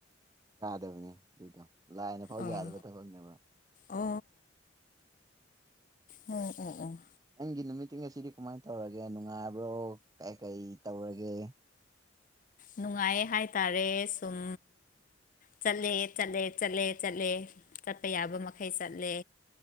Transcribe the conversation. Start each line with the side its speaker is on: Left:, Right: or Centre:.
Right: ꯌꯥꯗꯕꯅꯦ ꯑꯗꯨꯗꯣ ꯂꯥꯏꯅ ꯐꯥꯎ
Left: ꯑꯣ
Right: ꯌꯥꯗꯕ ꯊꯕꯛꯅꯦꯕ
Left: ꯑꯣ ꯎꯝ ꯎꯝ ꯎꯝ
Right: ꯅꯪꯒꯤ ꯅꯨꯃꯤꯠꯇꯤꯡ ꯑꯁꯤꯗꯤ ꯀꯃꯥꯏꯅ ꯇꯧꯔꯒꯦ ꯅꯨꯡꯉꯥꯏꯕ꯭ꯔꯣ ꯀꯩ ꯀꯩ ꯇꯧꯔꯒꯦ
Left: ꯅꯨꯡꯉꯥꯏꯌꯦ ꯍꯥꯏꯇꯥꯔꯦ ꯁꯨꯝ ꯆꯠꯂꯦ ꯆꯠꯂꯦ ꯆꯠꯂꯦ ꯆꯠꯂꯦ ꯆꯠꯄ ꯌꯥꯕ ꯃꯈꯩ ꯆꯠꯂꯦ